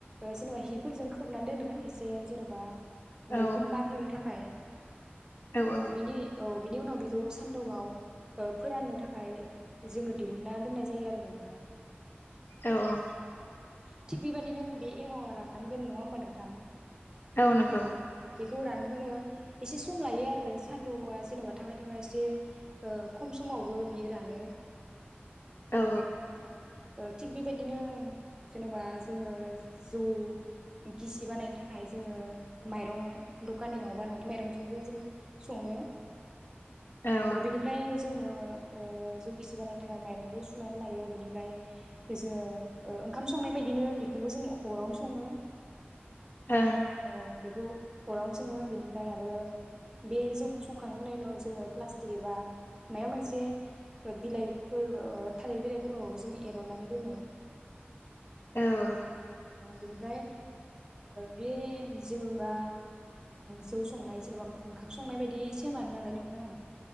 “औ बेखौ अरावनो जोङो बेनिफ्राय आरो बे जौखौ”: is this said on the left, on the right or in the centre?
Right